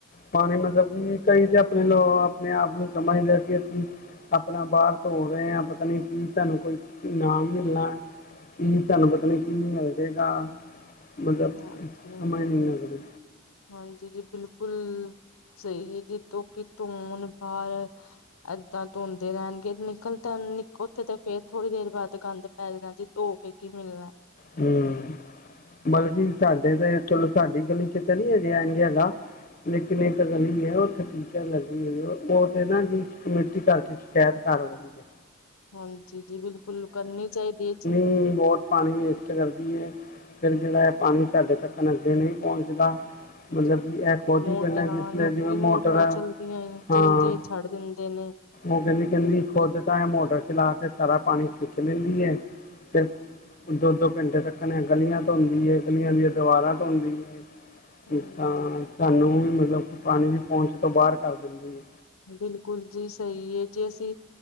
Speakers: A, on the left (about 40°); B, on the left (about 85°).
A: ਪਾਣੀ, ਮਤਲਬ ਕਿ ਕਈ ਤਾਂ ਆਪਣੇ, ਆਪਣੇ ਆਪ ਨੂੰ ਸਮਝਦੇ ਆ ਕਿ ਅਸੀਂ ਆਪਣਾ, ਬਾਹਰ ਤੋੜ ਰਹੇ ਹਾਂ। ਪਤਾ ਨੀ ਕੀ ਸਾਨੂੰ, ਕੋਈ ਇਨਾਮ ਮਿਲਣਾ। ਕੀ, ਸਾਨੂੰ ਪਤਾ ਨੀ ਕੀ ਮਿਲ ਜਾਏਗਾ, ਮਤਲਬ
B: ਹਾਂਜੀ।
A: ਸਮਝ ਨਹੀਂ ਲੱਗਦੀ।
B: ਹਾਂਜੀ ਜੀ, ਬਿਲਕੁਲ ਸਹੀ ਹੈ ਜੀ, <unintelligible> ਏਦਾਂ, ਧੋਂਦੇ ਰਹਿਣਗੇ ਨਿਕਲ ਤਾਂ, ਨੀ ਉੱਥੇ ਤੇ ਫੇਰ ਥੋੜੀ ਦੇਰ ਬਾਅਦ, ਗੰਦ ਪੈ ਜਾਣਾ ਜੀ, ਧੋ ਕੇ ਕੀ ਮਿਲਣਾ?
A: ਹਮ। ਮਤਲਬ ਕਿ ਸਾਡੇ ਤਾਂ, ਚਲੋ ਸਾਡੀ ਗਲੀ ਚ, ਤਾਂ ਨਹੀਂ ਹਜੇ ਐੰਜ ਹੈਗਾ। ਲੇਕਿਨ ਇੱਕ ਗਲੀ ਹੈ, ਉੱਥੇ ਟੀਚਣ ਲੱਗੀ ਹੋਈ, ਉਹ ਤੇ ਨਾ ਜੀ, ਕਮੇਟੀ ਘਰ ਚ, ਸ਼ਿਕਾਇਤ ਕਰ ਆ ਠੀਕ ਹੈ।
B: ਹਾਂਜੀ ਜੀ, ਬਿਲਕੁਲ ਕਰਨੀ ਚਾਹੀਦੀ ਹੈ ਜੀ।
A: ਖੁਦ ਬਹੁਤ, ਪਾਣੀ ਵੇਸਟ ਕਰਦੀ ਹੈ। ਫਿਰ ਜਿਹੜਾ ਹੈ ਪਾਣੀ ਸਾਡੇ ਤੱਕਣ ਅੱਗੇ ਨਹੀਂ ਪਹੁੰਚਦਾ। ਮਤਲਬ
B: ਜੀ
A: ਕਿ, ਇਹ ਖੁਦ
B: ਮੋਟਰਾਂ
A: ਹੀ ਪਹਿਲਾਂ, ਜਿਸ ਜਿਵੇਂ
B: ਲੋਕੀ
A: ਮੋਟਰ
B: ਮੋਟਰਾਂ
A: ਆ,
B: ਚਲਦੀਆਂ ਹੀ
A: ਹਾਂ
B: ਚਲਦੀਆਂ ਛੱਡ ਦਿੰਦੇ ਨੇ
A: ਉਹ ਕਹਿੰਦੀ, ਕਹਿੰਦੀ
B: ਬਿਲਕੁਲ
A: ਖੁਦ ਤਾਂ ਏ ਮੋਟਰ ਚਲਾ ਕੇ ਸਾਰਾ ਪਾਣੀ ਖਿੱਚ ਲੈਂਦੀ ਹੈ। ਤੇ ਦੋ-ਦੋ ਘੰਟੇ ਤੱਕਣ ਗਲੀਆਂ ਧੋਂਦੀ ਏ ਗਲੀਆਂ ਦੀਆਂ ਦੀਵਾਰਾਂ ਧੋਂਦੀ ਹੈ।
B: ਹਮ
A: ਤਾਂ, ਸਾਨੂੰ ਵੀ ਮਤਲਬ, ਪਾਣੀ ਦੀ ਪਹੁੰਚ ਤੋਂ ਬਾਹਰ ਕਰ ਦਿੰਦੀ ਹੈ।
B: ਬਿਲਕੁਲ ਜੀ, ਸਹੀ ਹੈ ਜੇ, ਅਸੀਂ